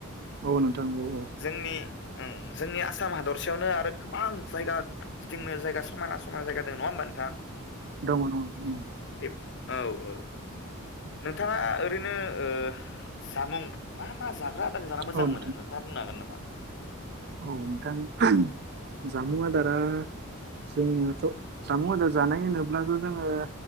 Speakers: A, on the right (about 50°); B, on the left (about 55°).
A: औ नोंथां औ औ
B: जोंनि ओं जोंनि आसाम हादरसेयावनो आरो गोबां जायगा गिदिंनो जायगा समायना समायना जायगा दङ नङा होमबा नोंथां
A: दङ दङ दङ
B: बे औ औ नोंथाङा ओरैनो ओ जामुं मा मा जा मा आदारखो जाना मोजां
A: औ नोंथां
B: मोनो नोंथाङा बुंनो हागोन नामा
A: औ नोंथां ओहम जामुं आदारा जोंनाथ' जामुं आदार जानाय होनोब्लाथ' जोङो